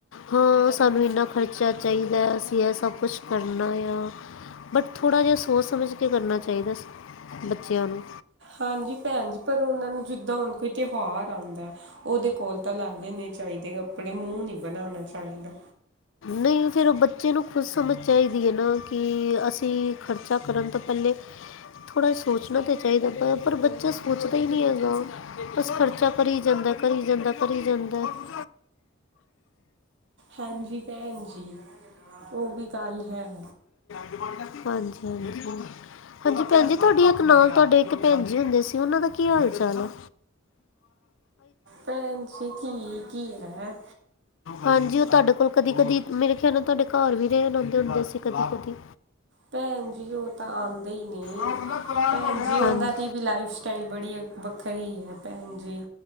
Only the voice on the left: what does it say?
ਹਾਂ ਸਾਨੂੰ ਇੰਨਾ ਖਰਚਾ ਚਾਈਦਾ ਅਸੀਂ ਏਹ ਸਭ ਕੁਛ ਕਰਨਾ ਯਾ। ਬਟ ਥੋੜਾ ਜੇਆ ਸੋਚ ਸਮਝ ਕੇ ਕਰਨਾ ਚਾਈਦਾ ਬੱਚਿਆਂ ਨੂੰ
ਨਈ ਫੇਰ ਓ ਬੱਚੇ ਨੂੰ ਖੁਦ ਸਮਝ ਚਾਈਦੀ ਐ ਨਾ ਕਿ ਅਸੀਂ ਖਰਚਾ ਕਰਨ ਤੋ ਪੈਲੇ ਥੋੜਾ ਜੇਆ ਸੋਚਣਾ ਤਾਂ ਚਾਹੀਦਾ ਪ ਪਰ ਬੱਚਾ ਸੋਚਦਾ ਈ ਨੀ ਹੈਗਾ। ਬਸ ਖਰਚਾ ਕਰੀ ਜਾਂਦਾ, ਕਰੀ ਜਾਂਦਾ, ਕਰੀ ਜਾਂਦਾ ਐ।
ਹਾਂਜੀ-ਹਾਂਜੀ, ਹਾਂਜੀ ਪੈਨ ਜੀ ਤੁਆਡੀ ਆ ਨਾਲ ਤੁਆਡੇ ਇੱਕ ਪੈਨ ਜੀ ਹੁੰਦੇ ਸੀ ਓਨਾਂ ਦਾ ਕੀ ਹਾਲ-ਚਾਲ ਆ?
ਹਾਂਜੀ ਓ ਤੁਆਡੇ ਕੋਲ ਕਦੀ-ਕਦੀ ਮੇਰੇ ਖਿਆਲ ਨਾਲ ਤੁਆਡੇ ਘਰ ਵੀ ਰਹੇ ਆਂ ਹੁੰਦੇ ਸੀ ਕਦੀ-ਕਦੀ।
ਹਾਂਜੀ
ਹਾਂ